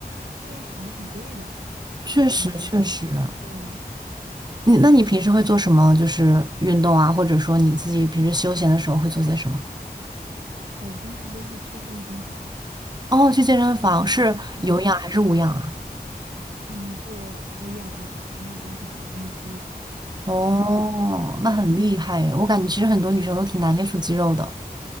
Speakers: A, on the right (about 75°); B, on the right (about 25°).
A: 训练场还挺贵的，
B: 确实确实。
A: 国内的话。对，
B: 你那你平时会做什么？就是运动啊，或者说你自己平时休闲的时候会做些什么？
A: 我平时就是去健身房，
B: 哦，去健身房是有氧还是无氧啊？
A: 嗯嗯，做无氧运动，因为我想增肌，
B: 哦，
A: 就比较多做无氧。
B: 那很厉害诶，我感觉其实很多女生都挺难练出肌肉的。